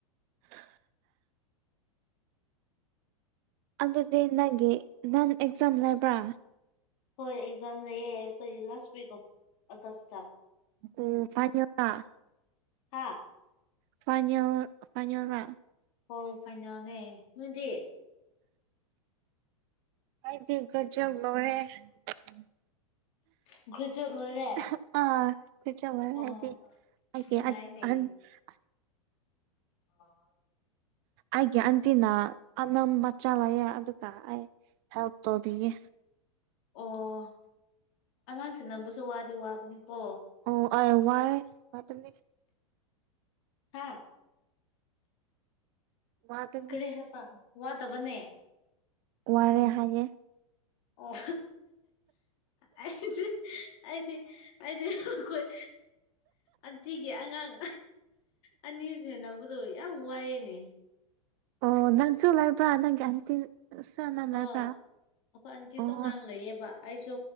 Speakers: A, on the right; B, on the left.
A: <unintelligible> ꯑꯗꯨꯗꯤ ꯅꯪꯒꯤ ꯅꯪ ꯑꯦꯛꯖꯥꯝ ꯂꯩꯕ꯭ꯔꯥ
B: ꯍꯣꯏ ꯑꯦꯛꯖꯥꯝ ꯂ ꯑꯩꯏ ꯂꯥꯁ <unintelligible> ꯑꯣꯐ ꯑꯒꯁ
A: ꯑꯣ <unintelligible>
B: ꯍꯥꯥ
A: ꯐꯩꯅꯣ ꯐꯩꯅꯣꯡꯂ
B: ꯍꯣꯏ ꯐꯥꯏꯅꯦꯜꯅꯦ ꯅꯣꯏꯗꯤ
A: <unintelligible>
B: ꯒ꯭ꯔꯦꯖꯨꯌꯦꯠ ꯂꯣꯏꯔꯦ
A: <unintelligible>
B: ꯑꯣ ꯅꯨꯡꯉꯥꯏꯅꯦ ꯑ
A: ꯑꯩꯒꯤ ꯑꯟꯇꯤꯅ ꯑꯅꯝ ꯃꯆꯥ ꯂꯩꯌꯦ ꯑꯗꯨꯒ ꯑꯩ ꯍꯦꯜꯞ ꯇꯧꯕꯤꯌꯦ
B: ꯑꯣ ꯑꯉꯥꯡꯁꯦ ꯅꯝꯕꯁꯨ ꯋꯥꯗꯤ ꯋꯥꯕꯅꯤꯀꯣ
A: ꯑꯣ ꯑꯣ ꯋꯥꯏ ꯋꯥ <unintelligible>
B: ꯍꯥ
A: ꯋꯥꯕꯅꯤ
B: ꯀꯔꯤ ꯍꯥꯏꯕ ꯋꯥꯗꯕꯅꯦ
A: ꯋꯥꯔꯦ ꯍꯥꯏꯌꯦ
B: ꯑꯣ ꯑꯩꯗꯤ ꯑꯩꯗꯤ ꯑꯩꯗꯤ ꯑꯩꯈꯣꯏ ꯑꯟꯇꯤꯒꯤ ꯑꯉꯥꯡ ꯑꯅꯤ ꯁꯅꯦꯅꯕꯗꯨ ꯌꯥꯝ ꯋꯥꯌꯦꯅꯦ
A: ꯑꯣ ꯅꯪꯁꯨ <unintelligible>
B: ꯍꯣ
A: ꯂꯩꯕ꯭ꯔꯥ
B: ꯑꯩꯈꯣꯏ ꯑꯟꯇꯤꯁꯨ
A: ꯑꯣ
B: ꯑꯉꯥꯡ ꯂꯩꯌꯦꯕ ꯑꯩꯁꯨ